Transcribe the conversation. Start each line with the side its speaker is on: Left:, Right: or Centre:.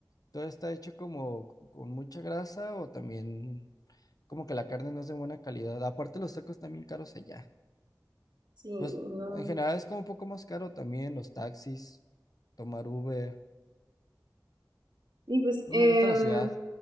Left: todo está hecho como con mucha grasa o también como que la carne no es de buena calidad. Aparte, los tacos también caros allá.
Right: Sí,
Left: Pues
Right: no.
Left: en general es como un poco más caro también los taxis, tomar Uber.
Right: Y pues,
Left: No
Right: em,
Left: me gusta la ciudad.